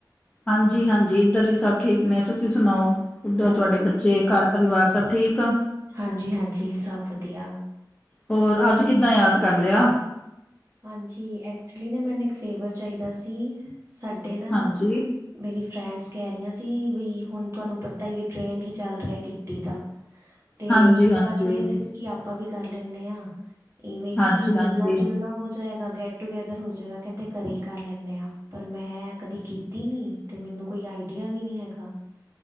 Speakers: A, on the left; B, on the right.
A: ਹਾਂਜੀ ਹਾਂਜੀ ਇੱਧਰ ਵੀ ਸਭ ਠੀਕ ਨੇ ਤੁਸੀਂ ਸੁਣਾਓ ਉੱਧਰ
B: ਹਾਂਜੀ,
A: ਤੁਹਾਡੇ ਬੱਚੇ ਘਰ ਪਰਿਵਾਰ ਸਭ ਠੀਕ ਆ
B: ਹਾਂਜੀ ਹਾਂਜੀ ਸਭ ਵਧੀਆ
A: ਹੋਰ ਅੱਜ ਕਿੱਦਾਂ ਯਾਦ ਕਰ ਲਿਆ
B: ਹਾਂਜੀ ਐਕਚੁਲੀ ਨਾ ਮੈਨੂੰ ਇੱਕ ਫੇਵਰ ਚਾਹੀਦਾ ਸੀ ਸਾਡੇ ਨਾ
A: ਹਾਂਜੀ,
B: ਮੇਰੀ ਫਰੈਂਡਸ ਕਹਿ ਰਹੀਆਂ ਸੀ ਵੀ ਹੁਣ ਤੁਹਾਨੂੰ ਪਤਾ ਹੀ ਹੈ ਟ੍ਰੇਡ ਹੀ ਚੱਲ ਰਿਹਾ ਕਿੱਟੀ ਦਾ ਤੇ
A: ਹਾਂਜੀ
B: ਸਾਰੇ
A: ਹਾਂਜੀ,
B: ਕਹਿੰਦੇ ਸੀ ਕਿ ਆਪਾਂ ਵੀ ਕਰ ਲੈਂਦੇ ਹਾਂ ਇਵੇਂ
A: ਹਾਂਜੀ
B: ਕਿ ਮਿਲਣਾ
A: ਹਾਂਜੀ,
B: ਜੁਲਣਾ ਹੋ ਹੋ ਜਾਏਗਾ ਗੈਟ ਟੂਗੇੈਦਰ ਹੋ ਜਾਏਗਾ ਕਹਿੰਦੇ ਘਰੇ ਹੀ ਕਰ ਲੈਂਦੇ ਆਾਂ ਪਰ ਮੈਂ ਕਦੀ ਕੀਤੀ ਨੀ ਤੇ ਮੈਨੂੰ ਕੋਈ ਆਈਡੀਆ ਵੀ ਨਹੀਂ ਹੈਗਾ